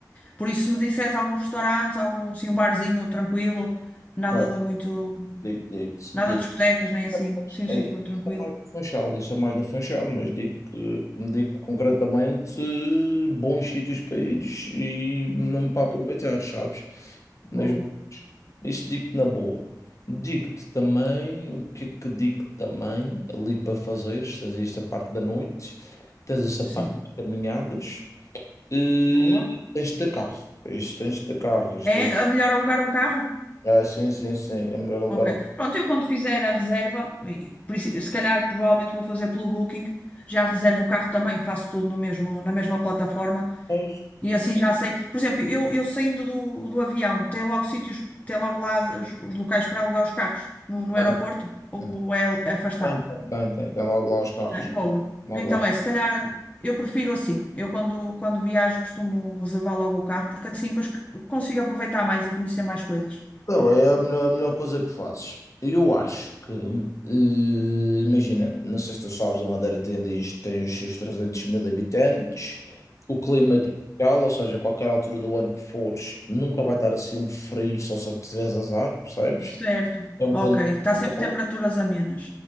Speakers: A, on the left (about 20°); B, on the left (about 45°).
A: por isso, se me disseres alguns restaurantes, algum, assim, um barzinho tranquilo, nada
B: ok,
A: de muito.
B: digo, digo,
A: Nada
B: digo.
A: de discotecas, nem
B: Isso
A: assim.
B: é
A: Sim, um
B: mais
A: sítio
B: é,
A: tranquilo.
B: isso é mais do Funchal, isso é mais do Funchal, mas digo que, digo concretamente eh, bons sítios para ires e mesmo para aproveitar, sabes?
A: Boa,
B: Nas Isto digo-te na boa. Digo-te também, o que é que digo também, ali para fazeres, tens esta parte da noite, tens esta
A: sim.
B: parte das caminhadas, e
A: Boa.
B: tens de ter carro, isto tens de ter carro, isto
A: É,
B: tens...
A: a melhor alugar um carro?
B: Ah, sim, sim, sim, é melhor alugar
A: Ok.
B: um...
A: Pronto, eu quando fizer a reserva, e princi- se calhar provavelmente vou fazer pelo Booking, já reservo o carro também, faço tudo no mesmo, na mesma plataforma
B: Tem,
A: e assim já sei. Por exemplo, eu, eu saindo do, do avião, tem logo sítios, tem logo lá os, os locais para alugar os carros no, no
B: tem,
A: aeroporto ou
B: tem,
A: é afastado?
B: tem, tem, tem, tem logo lá os carros,
A: Tem, boa.
B: logo
A: Então
B: lá.
A: é, se calhar eu prefiro assim. Eu quando, quando viajo costumo reservar logo o carro porque assim depois c- consigo aproveitar mais e conhecer mais coisas.
B: Não, é a melhor, é a melhor coisa que fazes. Eu acho que, eh, imagina, não sei se tu sabes, a Madeira tem, diz- tem os seus 300 mil habitantes, o clima é tropical, ou seja, a qualquer altura do ano que fores, nunca vai estar assim um frio, só se tiveres azar, percebes?
A: Certo,
B: É um clima
A: ok. Está
B: tropical,
A: sempre temperaturas amenas.